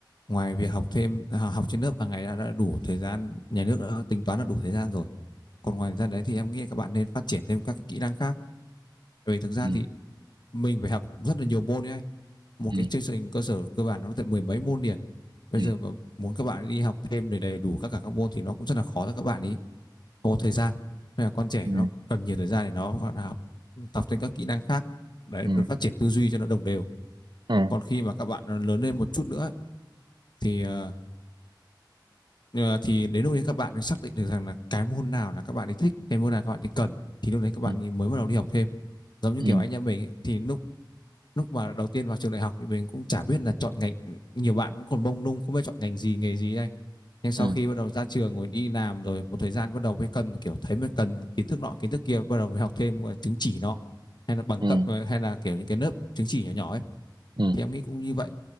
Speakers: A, on the left (about 65°); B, on the right (about 65°).
A: Ngoài việc học thêm à, học trên lớp hàng ngày đã, đã đủ thời gian, nhà nước đã tính toán là đủ thời gian rồi. Còn ngoài ra đấy thì em nghĩ các bạn nên phát triển thêm các cái kỹ năng khác. Bởi vì thực ra
B: Ừ.
A: thì mình phải học rất là nhiều môn đấy anh. Một
B: Ừ.
A: cái chương trình cơ sở cơ bản nó tận mười mấy môn liền. Bây
B: Ừ.
A: giờ mà muốn các bạn đi học thêm để đầy đủ các cả các môn thì nó cũng rất là khó cho các bạn ý. Không có thời gian. Nên là con trẻ
B: Ừ.
A: nó cần nhiều thời gian để nó gọi là học tập thêm các kỹ năng khác. Đấy,
B: Ừ.
A: phát triển tư duy cho nó đồng đều.
B: Ừ.
A: Còn khi mà các bạn lớn lên một chút nữa thì ờ, ờ, thì đến lúc đấy các bạn mới xác định được rằng là cái môn nào là các bạn ấy thích cái môn nào các bạn ấy cần thì lúc đấy các bạn
B: Ừ.
A: ấy mới bắt đầu đi học thêm giống như
B: Ừ.
A: kiểu
B: Ừ.
A: anh em mình ấy, thì lúc lúc mà đầu tiên vào trường đại học thì mình cũng chả biết là chọn ngành nhiều bạn cũng còn mông lung không biết chọn ngành gì nghề gì ấy anh nhưng sau
B: Ừ.
A: khi bắt đầu ra trường rồi đi làm rồi một thời gian bắt đầu mới cần kiểu thấy mới cần kiến thức nọ kiến thức kia bắt đầu mới học thêm gọi là chứng chỉ nọ hay là bằng
B: Ừ.
A: cấp ờ, hay là kiểu những cái lớp chứng chỉ nhỏ nhỏ ấy
B: Ừ.
A: thì em nghĩ cũng như vậy